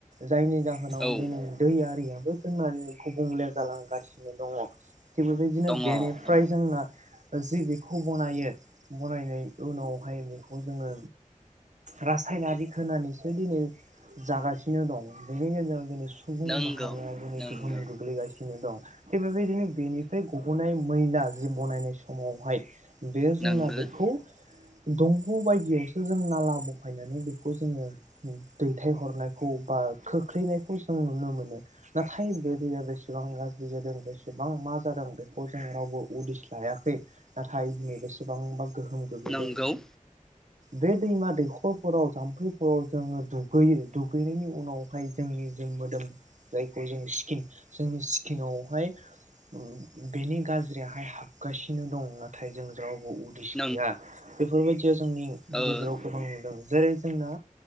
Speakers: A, on the right; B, in the centre.
A: जायनि जाहोनाव
B: औ
A: दिनै दै आरिया बो जोंना गुबुंले जालांगासिनो दङ। थिग बेबायदिनो
B: दङ
A: बेनिफ्राय
B: दङ
A: जोंना जिबि खौ बनायो बनायनायनि उनावहाय बेखौ जोङो रासायनारि होनानैसो दिनै जागासिनो दं बेनि गेजेराव दिनै सुबुं
B: नंगौ
A: माहारिया दिनै
B: नंगौ
A: गोहोम गोग्लैगासि नो दं थि बेब बायदिनो बेनिफ्राय गब'नाय मैला जि बनायनाय समावहाय बे
B: नंगो
A: जोंना बेखौ दंग' बायदियावसो जों नाला बहायनानै बेखौ जोङो दैथायहरनायखौ बा खोख्लैनायखौ जों नुनो मोनो नाथाय बे दैया बेसेबां गाज्रि जादों बेसेबां मा जादों बेखौ जों रावबो उदिस लायाखै। नाथाय दिनै बेसेबांबा गोहोम गोग्लैदों
B: नंगो
A: बे दैमा दैखरफोराव जाम्फैफोराव जोङो दुगैयो दुगैनायनि उनावहाय जोंनि जे मोदोम जायखौ जों स्किन जोंनि स्किनावहाय उम्म बेनि गाज्रियाहाय हाबगासिनो दं ना थायजों ज्राव उदिस
B: नंगौ
A: गैया बेफोरबायदिया जोंनि
B: ओ
A: गेजेराव
B: ओ
A: गोबां नुदों जेरै जोंना